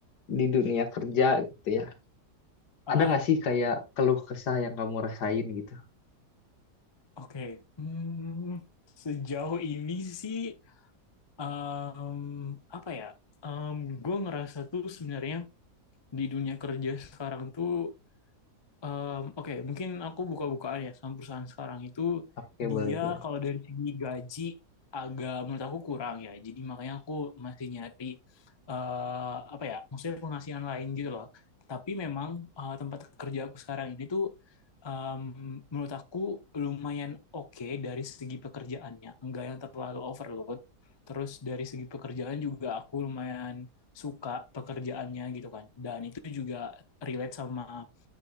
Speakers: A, on the left (about 80°); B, on the left (about 40°).
A: di dunia kerja gitu ya.
B: Ah,
A: Ada nggak sih kayak keluh kesah yang kamu rasain gitu?
B: oke. Hmm, sejauh ini sih em, apa ya? Em, gue ngerasa tuh sebenarnya di dunia kerja sekarang tuh Mmm, oke, mungkin aku buka-bukaan ya sama perusahaan sekarang itu
A: Oke, boleh,
B: dia
A: boleh.
B: kalau dari segi gaji agak menurut aku kurang ya. Jadi makanya aku masih nyari eh apa ya, maksudnya penghasilan lain gitu loh. Tapi memang eh, tempat kerja aku sekarang ini tuh em, menurut aku lumayan oke dari segi pekerjaannya. Enggak yang terlalu overload. Terus dari segi pekerjaan juga aku lumayan suka pekerjaannya gitu kan. Dan itu juga relate sama